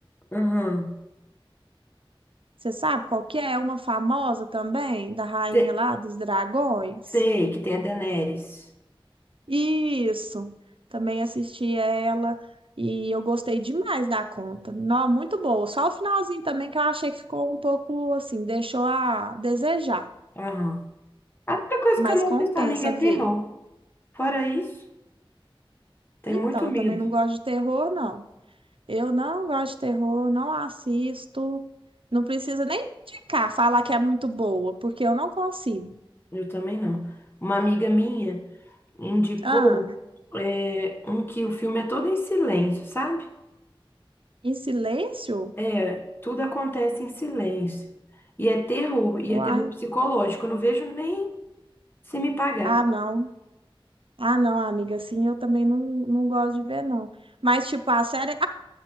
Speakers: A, on the left; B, on the right.
A: Aham.
B: Você sabe qual que é? É Uma famosa também, da rainha
A: Se-
B: lá dos dragões.
A: Sei que tem a Daenerys.
B: Isso, também assisti ela e eu gostei demais da conta. Não, muito boa. Só o finalzinho também que eu achei que ficou um pouco assim, deixou a desejar,
A: Aham. A única coisa
B: mas
A: que eu não
B: compensa
A: assisto, amiga, é
B: ver.
A: terror. Fora isso, tem
B: Então,
A: muito
B: eu
A: medo.
B: também não gosto de terror, não. Eu não gosto de terror, não assisto. Não precisa nem indicar, falar que é muito boa, porque eu não consigo.
A: Eu também não. Uma amiga minha indicou
B: Ah,
A: é, um que o filme é todo em silêncio, sabe?
B: em silêncio?
A: É, tudo acontece em silêncio. E é terror, e
B: Uai.
A: é terror psicológico. Eu não vejo nem se me pagar.
B: Ah, não. Ah, não, amiga, assim eu também não, não gosto de ver, não. Mas, tipo, a série